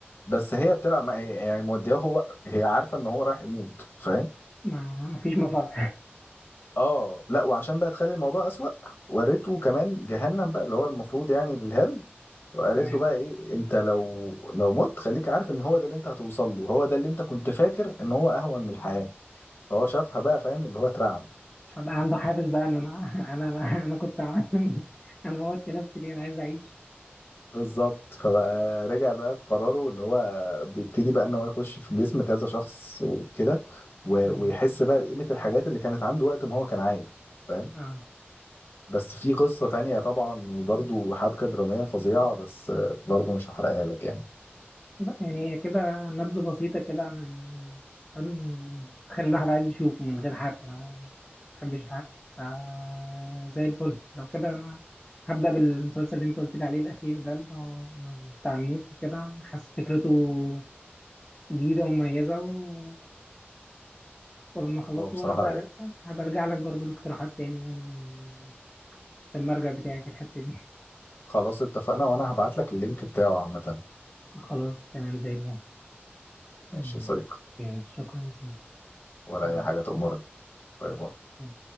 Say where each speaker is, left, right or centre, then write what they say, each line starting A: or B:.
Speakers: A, on the left; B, on the left.
A: بس هي بتلعب مع هي يعني مودياه هو هي عارفه ان هو رايح يموت فاهم
B: ما ما فيش مفر
A: اه لا وعشان بقى تخلي الموضوع اسوأ وريته كمان جهنم بقى اللي هو المفروض يعني الهل وقالت
B: تمام
A: له بقى ايه انت لو لو مت خليك عارف ان هو ده اللي انت هتوصل له هو ده اللي انت كنت فاكر ان هو اهون من الحياه فهو شافها بقى فاهم اللي هو اترعب
B: فبقى عنده حافز بقى ان انا <laughs> انا انا, أنا كنت عامل <laughs> انا موتت نفسي ليه انا عايز اعيش
A: بالظبط فبقى رجع بقى في قراره اللي هو بيبتدي بقى ان هو يخش في جسم كذا شخص وكده و-
B: مم.
A: ويحس بقى بقيمة الحاجات اللي كانت عنده وقت ما هو كان عايش فاهم
B: اه
A: بس في قصة تانية طبعا وبرده حبكة درامية فظيعة بس برضه مش هحرقها لك يعني
B: لا، يعني كده نبذة بسيطة كده عن ال- عن- تخلي الواحد عايز يشوفه من غير حرق انا ما بحبش الحرق فا زي الفل لو كده انا هبدأ بالمسلسل اللي انت قلت لي عليه الأخير ده اللي هو بتاع الموت وكده حاسس فكرته جديدة ومميزة و... ولما أخلصه
A: هو بصراحة
B: هبقى
A: رايق
B: أر- هبقى أرجع لك برضو الاقتراحات تاني يعني في المرجع بتاعي في الحتة دي
A: خلاص اتفقنا وانا هبعت لك اللينك بتاعه عامة
B: <laughs> خلاص تمام زي الفل
A: ماشي
B: مم.
A: يا صديقي
B: ماشي شكرا يا سيدي
A: ولا
B: مم.
A: اي حاجة تأمرك باي باي
B: مم.